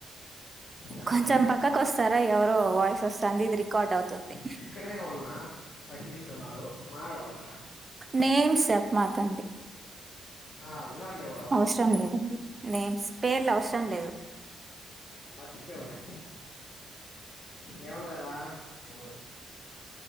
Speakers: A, on the left; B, on the right.
A: చెప్పండి
B: కొంచెం పక్కకు వస్తారా ఎవరో వాయిస్ వస్తుంది ఇది రికార్డ్ అవుతుంది
A: పక్కనే ఉన్న సతీష్ ఉన్నాడు మాటాడబాకరా
B: నేమ్ సెప్ మాకండి
A: ఆ ఉన్నాడ్లే వాడ
B: అవసరం లేదండి నేమ్స్ పేర్లు అవస్ ఇష్టం లేదు
A: మర్చిపోవెనే నెమను కదా ఆ